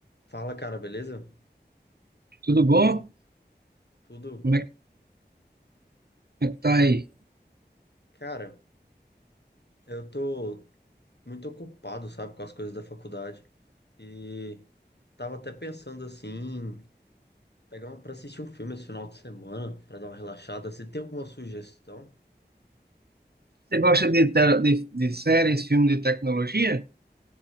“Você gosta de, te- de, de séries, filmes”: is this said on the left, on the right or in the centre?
Right